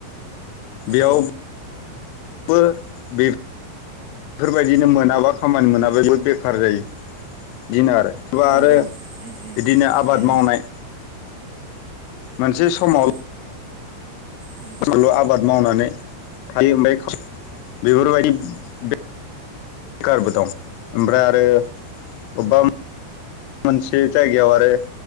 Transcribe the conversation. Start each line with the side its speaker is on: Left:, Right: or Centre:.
Left: बेयावबो
Right: औ
Left: बो‌ बेफो फोरबायदिनो मोनाबा खामानि मोनाबा बेयाव बेखार जायो दिनो आरो। सोरबा आरो
Right: औ उम उम
Left: बिदिनो आबाद
Right: उम
Left: मावनाय मोनसे समाव
Right: औ उम
Left: ल' आबाद मावनानै थायो ओमफ्राय बेफोरबायदि बे खारबो दं ओमफ्राय आरो अबेबा म मोनसे जायगायाव आरो